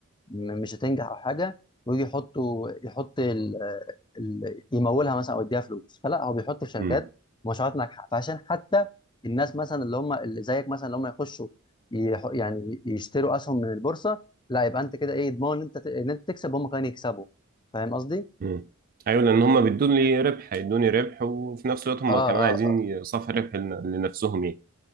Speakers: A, on the left; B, on the right.
A: م- مش هتنجح او حاجه ويجي يحطوا يحط ال... ال... يمولها مثلا او يديها فلوس فلا هو بيحط في شركات
B: مم.
A: مشروعات ناجحه فعشان حتى الناس مثلا اللي هم اللي زيك مثلا اللي هم يخشوا يح... يعني يشتروا اسهم من البورصه لا يبقى انت كده ايه ضمان ان انت ت... ان انت تكسب وهم كمان يكسبوا فاهم قصدي؟
B: مم. أيوة لأن هما بيدوني ربح هيدوني ربح وفي نفس الوقت هما
A: اه اه
B: كمان عايزين
A: اه
B: صافي ربح لن- لنفسهم يعني